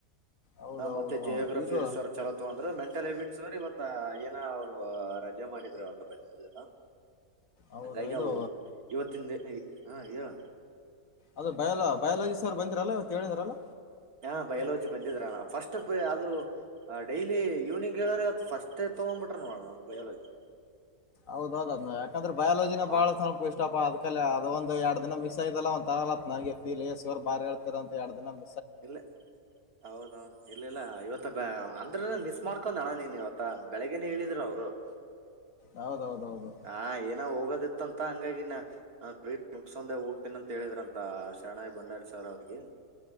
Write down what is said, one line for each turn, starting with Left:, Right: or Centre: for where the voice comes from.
Left: ಹೌದ
Right: ಹ ಮತ್ತೆ
Left: ಹೌದು
Right: ಜಿಯೋಗ್ರಫಿ
Left: ಇದು
Right: ಸರ್ ಚಲೋತ್ ಅಂದ್ರೆ ಮೆಂಟಲ್ ಹ್ಯಾಬಿಟ್ಸ್ ಇವತ್ತ ಏನ ಅವರು ಜೆ ಮಾಡಿದ್ರೆ ಆತ ಬಂದಿದ್ದ
Left: ಹೌದಾ
Right: ಹಂಗಾಗಿ
Left: ಇದು
Right: ಅವು ಇವತ್ತಿನ ಹಾ ಹೇಳಣ
Left: ಅದು ಬಯಾಲ ಬಯಾಲಜಿ ಸರ್ ಬಂದಿರಲ್ಲ ಇವತ್ತ್ ಹೇಳಿದ್ರಲ್ಲ.
Right: ಹಾ ಬಯಲಜಿ ಬಂದಿದ್ರಣ ಫಸ್ಟ್ ಪೆ ಅದು ಆ ಡೈಲಿ ಈವ್ನಿಂಗ್ ಹೇಳರೆ ಇವತ್ತು ಫಸ್ಟೆ ತಗೊಂಬಿಟ್ರ್ ನೋಡಣ ಅದು ಬಯೋಲಜಿ.
Left: ಹೌದೌದ್ ಅದ್ನ ಯಾಕಂದ್ರೆ ಬಯಾಲಜಿನ
Right: ಮಾ
Left: ಬಾಳ ಸ ಫುಲ್ ಸ್ಟಾಪ ಅದ್ಕಲ್ಲಿ ಅದು ಒಂದು ಎರಡು ದಿನ ಮಿಸ್ ಆಗಿದಲ್ಲ <unintelligible> ಬಾರಿ ಹೇಳ್ತಾರ್ ಅಂತ ಎರಡು ದಿನನು
Right: ಇಲ್ಲ ಹೌದೌದು ಇಲ್ಲ ಇಲ್ಲ ಇವತ್ತ ಬ ಅಂದ್ರ ಮಿಸ್ ಮಾಡ್ಕೊಂಡ ಅಣ ನೀನ್ ಇವತ್ತ ಬೆಳಗ್ಗೆ ಅನ ಹೇಳಿದ್ರ ಅವ್ರು <inaudible>
Left: ಹೌದ ಹೌದ ಹೌದು
Right: ಹಾ ಏನ ಹೋಗೋದಿತ್ತ ಅಂತ ಹಂಗಾಗಿನ ಹಾ ಪ್ರೀಡ ಮುಗಸ್ಕಂದ ಹೋಗತನಿ ಅಂತ ಹೇಳಿದ್ರಂತ ಶರಣಾಯಿ ಬಂಡಾರಿ ಸಾರ್ ಅವ್ರಿಗೆ